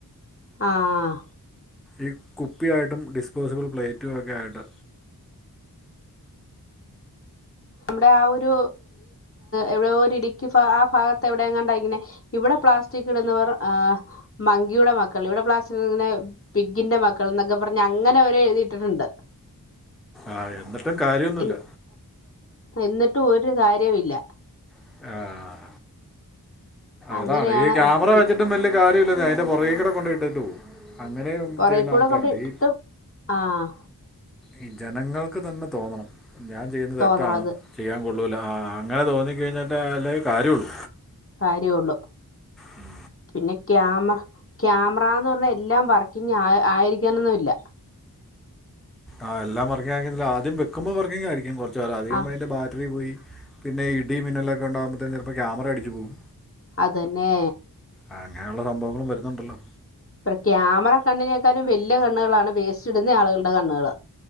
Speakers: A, on the left; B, in the centre.
A: ആഹ്
B: ഈ കുപ്പിയായിട്ടും ഡിസ്പോസിബിൾ പ്ലേറ്റും ഒക്കെ ആയിട്ട്
A: നമ്മുടെ ആ ഒരു എവിടെ ഒരു ഇടുക്കി ഭാ ആ ഭാഗത്തെ എവിടെയണ്ടങ്ങനെ. ഇവിടെ പ്ലാസ്റ്റിക് ഇടുന്നവർ ആഹ് മങ്കിയുടെ മക്കൾ ഇവിടെ പ്ലാസ്റ്റിക് ഇങ്ങനെ. പിഗിന്റെ മക്കൾന്നൊക്കെ പറഞ്ഞ് അങ്ങനെവരെ എഴുതിട്ടിട്ടുണ്ട്.
B: ആഹ് എന്നിട്ടും കാര്യൊന്നുല്ല
A: എ- എന്നിട്ടും ഒരു കാര്യമില്ല.
B: ആഹ്
A: അങ്ങനെയാണ്
B: അതാണ് ഈ ക്യാമറ
A: പി
B: വെച്ചിട്ടും വലിയ കാര്യല്ലന്നേ അതിന്റെ പൊറകിക്കുടെ കൊണ്ട് ഇട്ടിട്ട് പോവും. അങ്ങനെ
A: പൊറേ
B: ചെയ്യുന്ന
A: കൂടെ
B: ആൾക്കാരുണ്ട്
A: കൊണ്ട് ഇട്ടിട്ടും
B: ഈ
A: ആഹ്
B: ഈ ജനങ്ങൾക്ക് തന്നെ തോന്നണം ഞാൻ ചെയ്യുന്നത്
A: തോന്നണത്
B: തെറ്റാണ്. ചെയ്യാൻ കൊള്ളൂല്ല ആ അങ്ങനെ തോന്നിക്കഴിഞ്ഞിട്ടേ അല്ലേൽ കാര്യള്ളൂ.
A: കാര്യം ഉള്ളൂ
B: ഉം
A: പിന്നെ ക്യാമ ക്യാമറാന്ന് പറഞ്ഞാൽ എല്ലാം വർക്കിങ് ആ ആയിരിക്കണന്നില്ല
B: ആഹ് എല്ലാം വർക്കിങ് ആയിരുന്നില്ല ആദ്യം വെക്കുമ്പോ വർക്കിങ്ങ് ആയിരിക്കും കുറച്ച് നേരം അത് കഴിയുമ്പോ
A: ആഹ്
B: അതിന്റെ ബാറ്ററി പോയി പിന്നെ ഇടി മിന്നലൊക്കെ ഉണ്ടാകുമ്പോഴത്തേും ചിലപ്പോ ക്യാമറ അടിച്ചു പോവും
A: അതന്നെ
B: ആഹ് അങ്ങനെയുള്ള സംഭവങ്ങളും വരുന്നുണ്ടല്ലോ
A: ഇപ്പ ക്യാമറ കണ്ണിനേക്കാളും വല്യ കണ്ണുകളാണ് വേസ്റ്റ് ഇടുന്ന ആളുകളുടെ കണ്ണുകള്